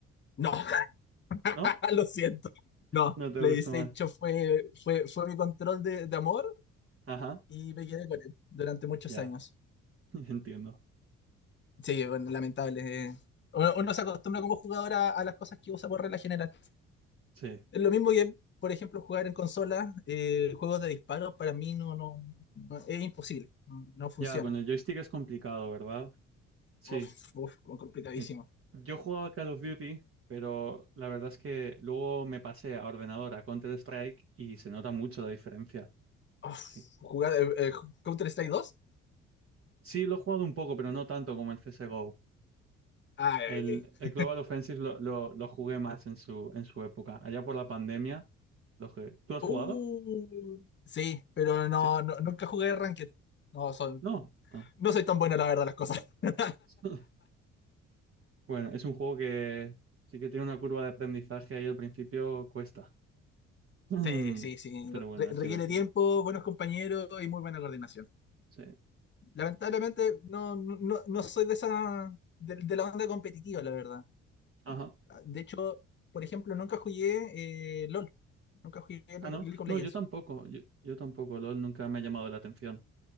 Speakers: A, on the left; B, on the right.
A: No, <laughs>
B: ¿No?
A: lo siento. No,
B: No te
A: PlayStation
B: gusta más.
A: fue, fue, fue mi control de, de amor
B: Ajá,
A: y me quedé con él durante muchos
B: ya,
A: años.
B: <laughs> entiendo.
A: Sí, bueno, lamentable. eh. Uno, uno se acostumbra como jugador a, a las cosas que usa por regla general.
B: Sí.
A: Es lo mismo que, por ejemplo, jugar en consola, eh, juegos de disparos, para mí no, no, no- es imposible. No, no funciona.
B: Ya, con el joystick es complicado, ¿verdad? Sí.
A: Uf, uf, complicadísimo.
B: Sí. Yo jugaba Call of Duty, pero la verdad es que luego me pasé a ordenador, a Counter-Strike, y se nota mucho la diferencia.
A: Uf,
B: Sí.
A: jugar eh, eh, Counter-Strike 2.
B: Sí, lo he jugado un poco, pero no tanto como el CSGO.
A: Ay,
B: El,
A: ay, ay.
B: el Global Offensive lo, lo- lo jugué más en su, en su época. Allá por la pandemia lo jugué. ¿Tú has
A: Uh,
B: jugado?
A: sí, pero no,
B: Sí.
A: no- nunca jugué Ranked. No, son,
B: No. Ah.
A: no soy tan bueno, la verdad, las cosas. <laughs>
B: <laughs> Bueno, es un juego que sí que tiene una curva de aprendizaje ahí al principio cuesta. <clears throat>
A: Sí, sí, sí.
B: Pero bueno,
A: Re-
B: es
A: requiere
B: divertido.
A: tiempo, buenos compañeros y muy buena coordinación.
B: Sí.
A: Lamentablemente, no, no, no no soy de esa, de, de la onda competitiva, la verdad.
B: Ajá.
A: Ah, De hecho, por ejemplo, nunca jugué eh, LOL. Nunca jugué Le-
B: Ah, no,
A: League of
B: no,
A: Legends.
B: yo tampoco, yo, yo tampoco, LOL nunca me ha llamado la atención. <clears throat>